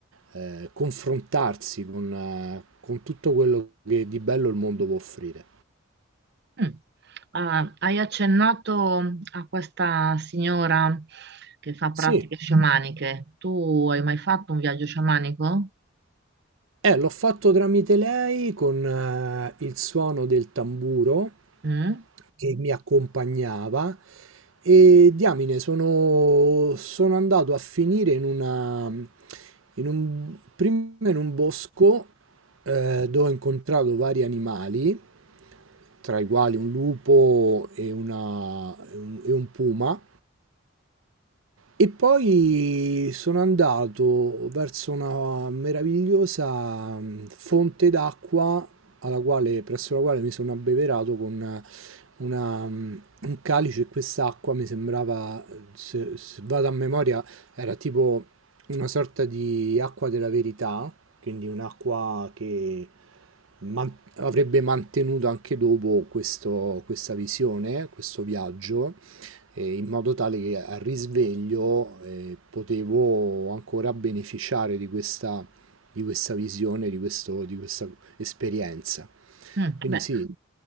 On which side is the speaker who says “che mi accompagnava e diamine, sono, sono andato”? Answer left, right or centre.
Right